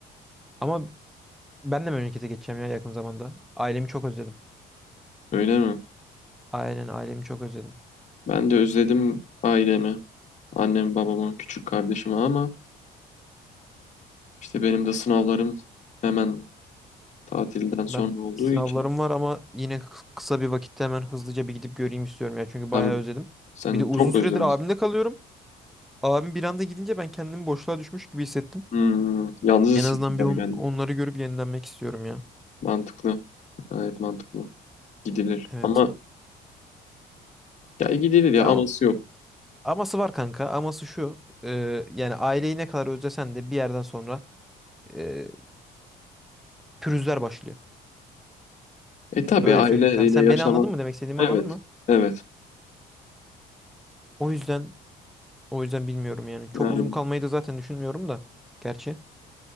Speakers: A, in the centre; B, on the left (about 45°).
A: Ama ben de memlekete geçeceğim ya yakın zamanda. Ailemi çok özledim.
B: Öyle mi?
A: Aynen ailemi çok özledim.
B: Ben de özledim ailemi, annemi, babamı, küçük kardeşimi ama işte benim de sınavlarım hemen tatilden sonra
A: Ben
B: olduğu
A: sınavlarım
B: için
A: var ama yine hı- kısa bir vakitte hemen hızlıca bir gidip göreyim istiyorum ya. Çünkü
B: hem
A: bayağı özledim.
B: sen
A: Bir de uzun
B: çok
A: süredir
B: özlemişsin.
A: abimde kalıyorum. Abim bir anda gidince ben kendimi boşluğa düşmüş gibi hissettim.
B: Hmm, yalnız hissettim
A: En azından
B: tabii
A: bir on-
B: kendimi.
A: onları görüp yenilenmek istiyorum ya.
B: Mantıklı. Gayet mantıklı. Gidilir.
A: Evet.
B: Ama ya gidilir ya
A: Ya
B: aması
A: ama
B: yok.
A: aması var kanka. Aması şu. e, yani aileyi ne kadar özlesen de bir yerden sonra e, pürüzler başlıyor.
B: E tabii
A: Öyle
B: aileyle
A: söyleyeyim sana. Sen
B: yaşamak.
A: beni anladın mı? Demek istediğimi
B: Evet.
A: anladın mı?
B: Evet.
A: O yüzden o yüzden bilmiyorum yani. Çok
B: Yani
A: uzun kalmayı da zaten düşünmüyorum da. Gerçi.